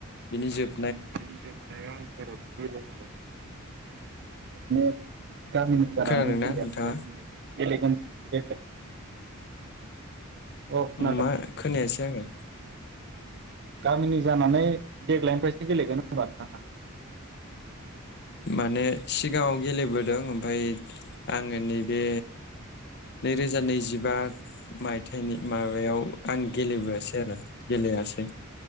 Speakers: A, on the left (about 50°); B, on the right (about 55°).
A: बिनि जोब
B: बिनि गामिनि जानानै
A: खोनादोंना
B: गेलेयाखै
A: नोंथाङा
B: माने <unintelligible> औ खोनादों
A: मा खोनायासै आङो
B: गामिनि जानानै देग्लायनिफ्रायसो गेलेगोन होमबा नोंथाङा
A: माने सिगाङाव गेलेबोदों। ओमफ्राय आङो नैबे नैरोजा नैजिबा मायथाइनि माबायाव आं गेलेबोआसै आरो गेलेयासै